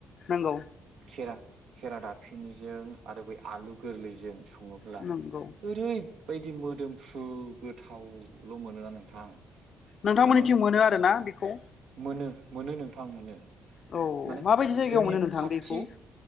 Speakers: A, on the left; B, on the right.
A: नंगौ
B: खेरा खेरा दाफिनिजों आरो बै आलु गोरलैजों सङो अब्ला
A: नंगौ
B: ओरैबायदि मोदोमफ्रु गोथावल' मोनोना नोंथां
A: नोंथांमोननि
B: माने
A: टिम मोनो आरोना बेखौ
B: मोनो मोनो नोंथां मोनो
A: औ
B: माने
A: माबायदि जायगायाव
B: जोंनि
A: मोनो नोंथां
B: खाथि
A: बेखौ